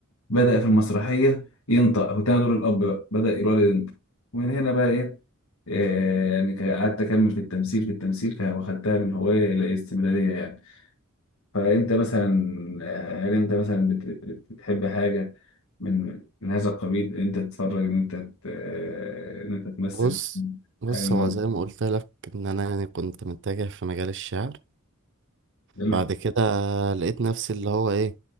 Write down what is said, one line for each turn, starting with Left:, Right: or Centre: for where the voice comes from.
Left: بدأ في المسرحية ينطق كنت أنا دور الأب بقى بدأ الولد ينطق ومن هنا بقى إيه إيه، يعني ك- قعدت أكمل في التمثيل في التمثيل ف- واخدتها من هواية إلى استمرارية يعني فأنت مثلا آه، هل أنت مثلا بت- بت- بتحب حاجة من من هذا القبيل إن أنت تتفرج إن أنت ت- آه، إن أنت تمثل
Right: بص بص
Left: حاجة من
Right: هو
Left: هو
Right: زي ما قلت لك ان انا يعني كنت متجه في مجال الشعر
Left: حلو.
Right: بعد كده لقيت نفسي اللي هو ايه